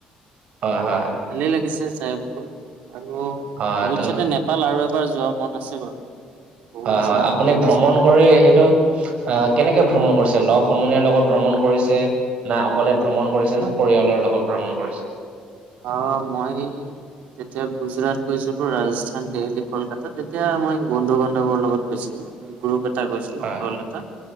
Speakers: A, on the right; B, on the right.
A: হয়-হয়।
B: ভালেই লাগিছে চাইবোৰ আৰু
A: হয়
B: ভৱিষ্যতে
A: ত
B: নেপাল আৰু এবাৰ যোৱা মন আছে বাৰু। বহু
A: হয়,
B: বছৰ
A: হয় আপুনি
B: আগতে গৈছিলো
A: ভ্ৰমণ কৰি সেইটো আহ কেনেকে ভ্ৰমণ কৰিছে? লগ সমনীয়াৰ লগত ভ্ৰমণ কৰিছে না অকলে ভ্ৰমণ কৰিছে, না পৰিয়ালৰ লগত ভ্ৰমণ কৰিছে?
B: অ মই তেতিয়া গুজৰাট গৈছিলোঁ, ৰাজস্থান, দেল্হী, কলকাত তেতিয়া মই বন্ধু-বান্ধৱৰ লগত গৈছিলোঁ। গ্ৰুপ এটা গৈছিলো
A: হয়
B: দল এটা